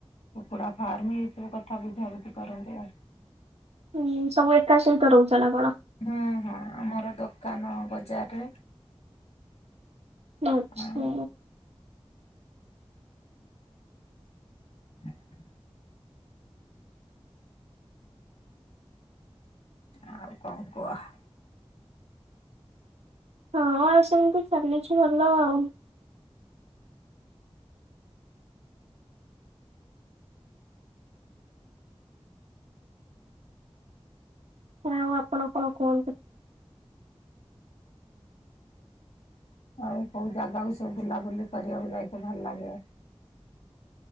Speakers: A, on the left; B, on the right.
A: କୁକୁଡା ଫାର୍ମ ଏଇ ସବୁ କଥା ବୁଝାବୁଝି କରନ୍ତି ଆଉ।
B: ହୁଁ ସବୁ ଏକା ସହିତ ରହୁଛ ନା କଣ?
A: ହୁଁ ହଁ ଆମର ଦୋକାନ ବଜାରରେ।
B: ଆଚ୍ଛା।
A: ଆଉ <unintelligible> ଆଉ କଣ କୁହ?
B: ହଁ ଆଉ ସେମିତି ଚାଲିଛି ଭଲ ଆଉ। ଆଉ ଆପଣ କଣ କୁହନ୍ତି?
A: ଆଉ କେଉ ଜାଗାକୁ ସବୁ ବୁଲାବୁଲି କରିବାକୁ ଯାଇଥିଲ ଭଲ ଲାଗେ?